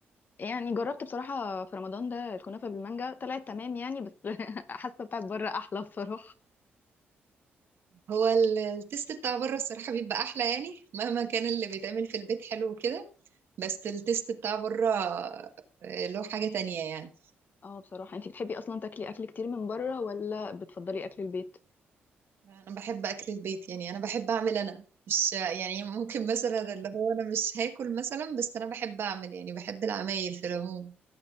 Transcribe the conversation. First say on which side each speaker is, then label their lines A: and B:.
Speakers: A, on the left (about 45°); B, on the right (about 60°).
A: يعني جربت بصراحة في رمضان ده الكنافة بالمانجا طلعت تمام يعني بس <laughs> حاسة بتاعت بره أحلى بصراحة
B: هو ال- التيست بتاع بره الصراحه بيبقى احلى يعني مهما كان اللي بيتعمل في البيت حلو وكده بس التيست بتاع بره آه، له حاجه تانية يعني
A: اه بصراحة انتي بتحبي أصلا تاكلي أكل كتير من بره ولا بتفضلي أكل البيت؟
B: انا بحب اكل البيت يعني انا بحب اعمل انا مش يعني ممكن مثلا اللي هو انا مش هاكل مثلا بس انا بحب اعمل يعني بحب العمايل في العموم